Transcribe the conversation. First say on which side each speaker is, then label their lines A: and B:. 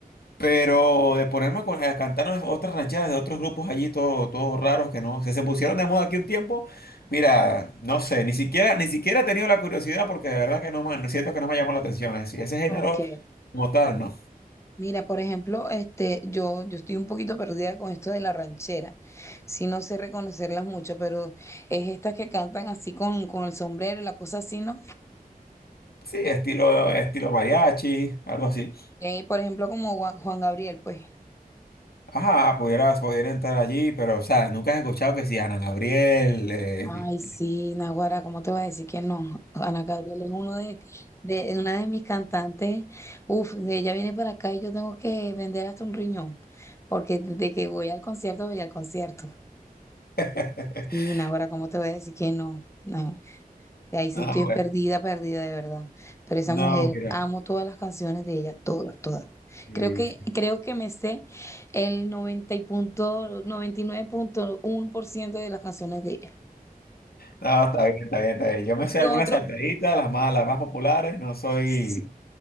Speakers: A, on the left; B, on the left.
A: Pero de ponerme a, con- a cantar otras rancheras de otros grupos allí, todo- todos raros que no, se, se pusieron de moda aquí un tiempo. Mira, no sé, ni siquiera, ni siquiera he tenido la curiosidad porque de verdad que no me, no siento que no me llamó la atención. Es decir, ese género
B: Ok.
A: como tal, no.
B: Mira, por ejemplo, este, yo, yo estoy un poquito perdida con esto de la ranchera. Sí, no sé reconocerlas mucho, pero es estas que cantan así con, con el sombrero y la cosa así, ¿no?
A: Sí, estilo, estilo mariachi, algo así.
B: Eh, por ejemplo, como Gua- Juan Gabriel, pues.
A: Ah, pudieras, pudiera entrar allí, pero, o sea, nunca has escuchado que si Ana Gabriel. eh,
B: Ay, sí, Naguara, ¿cómo te voy a decir que no? Ana Gabriel es uno de, de una de mis cantantes. Uf, de ella viene para acá y yo tengo que vender hasta un riñón, porque de que voy al concierto, voy al concierto.
A: <laughs>
B: Sí, Naguara, ¿cómo te voy a decir que no? No. De ahí sí
A: Ah,
B: estoy
A: bueno.
B: perdida, perdida de verdad. Pero esa
A: No,
B: mujer,
A: mira.
B: amo todas las canciones de ella, todas, todas.
A: sí,
B: Creo que,
A: sí.
B: creo que me sé el 90 y punto, noventa y nueve punto uno por ciento de las canciones de ella.
A: No, está bien, está bien, está bien. Yo me
B: Y
A: sé algunas
B: otro,
A: saltaditas, las más, las más populares, no soy.
B: sí,